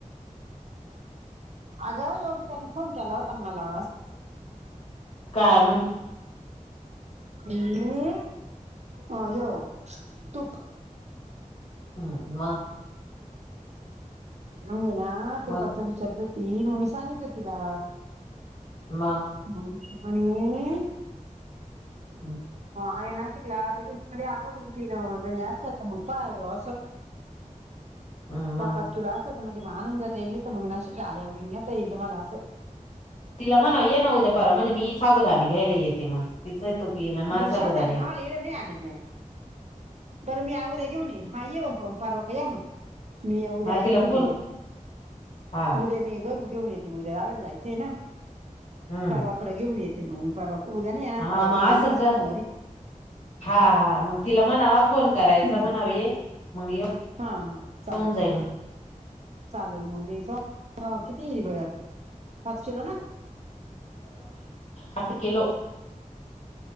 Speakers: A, on the right; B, on the left.
A: अगं योगी त्याने फोन केला होता मला
B: काय म्हण
A: ह अ ये तूप
B: हम् मा
A: अगे ना तू
B: मग
A: काचा विचारतो ती मी सांगितलं तिला
B: मग
A: म म
B: हं,
A: अर ना ला आगो उटन जास्त असत मु का आहेग असस
B: हं, मग
A: तर परचू ला स म्हणजे माणून जातईल तर मग नाशिकला आलेवता येईल तु म्हाला असं
B: तिला म्हणा ये ना उद्या पर्वा म्हणजे मी साबुदाणे घ्यायला येते मग तिच येल माझ
A: पण
B: बधान
A: शाबुदाणे
B: येत
A: मावाला इकडं नाही आणील म्या बरं मी आव्या घेऊन येईन हा येव प पारवा का या मग मी उद्याई
B: हा तिला
A: घेऊन
B: फोन
A: येते
B: क- हा
A: उद्या मी घरू घेऊन येते्या जाग्याला जायचंय ना
B: हम्म
A: परवाकडे घेऊन येते मग मी परवा उद्या नाही येणार
B: हा
A: परवा
B: मग
A: का येईल
B: अस
A: ना सोमवारी
B: कर हा हा मग तिला मणावा फोन करायच
A: हम्म
B: म्हण ह मग
A: हा हा
B: येऊन
A: चालेल
B: जाईल
A: चालेल मग मी ह किती पाच किलो ना
B: आठ किलो